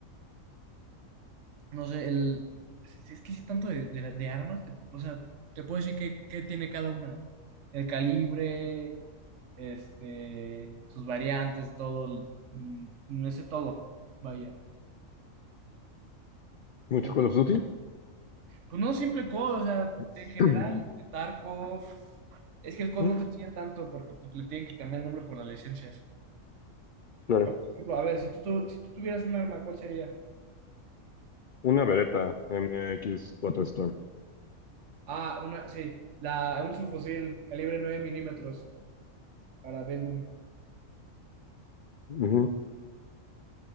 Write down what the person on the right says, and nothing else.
No sé, el... si Es que sí es tanto de, de, la- de armas, te- o sea, te puedo decir qué, qué tiene cada una. El calibre, este, sus variantes, todo, el- mm, no sé todo, vaya.
Eh,
Pues no simple COD, o D, o sea,
de- en general, Tarkov. Es que el COD
no te enseña tanto porque pues, le tienen que cambiar el nombre por las licencias.
Pero, por ejemplo, a ver, si tú, tu- si tú tuvieras un arma, ¿cuál sería?
Ah, una, sí, la, un subfusil calibre 9 milímetros para Bellum.